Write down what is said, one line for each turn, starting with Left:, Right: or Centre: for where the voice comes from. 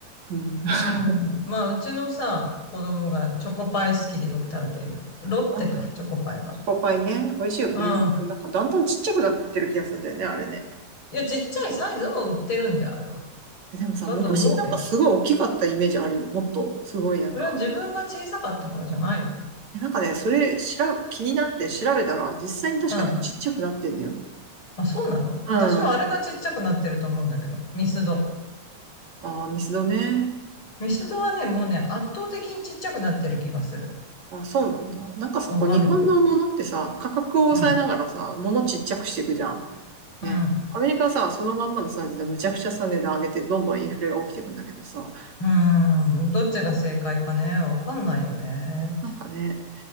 Right: うん。
Left: うん。
Right: <laughs> あ
Left: まあ、うちのさ、子供がチョコパイ好きでよく食べてるよ。ロッテか、
Right: ー
Left: チョコパイは。
Right: チョコパイね、美味しいよね。
Left: うん。
Right: でもなんかだんだんちっちゃくなってってる気がするんだよね、あれね。
Left: いや、ちっちゃいサイズも売ってるんで、あれは。
Right: えでもさ、
Left: だと思うけど。
Right: 昔なんかすごい大きかったイメージあるよ。もっと、すごいなんか。
Left: それは自分が小さかったからじゃないの。
Right: えなんかね、それしら、気になって調べたら、実際に確かね、
Left: うん。
Right: ちっちゃくなってんだよ。
Left: あ、そうなの私はあれがちっちゃくなってると思うんだけど。
Right: うん。
Left: ミスド。
Right: ああ、ミスドね。
Left: ミスドはね、もうね、圧倒的にちっちゃくなってる気がする。
Right: あ、そうなんだ。なんかさ、
Left: わかんない。
Right: こう日本のものってさ、価格を抑えながらさ、
Left: うん。
Right: ものちっちゃくしていくじゃん。ね。
Left: うん。
Right: アメリカはさ、そのまんまのサイズでむちゃくちゃさ、値段上げて、どんどんインフレが起きていくんだけどさ、
Left: うん。どっちが正解かね。わかんないよね。
Right: うんなんかね、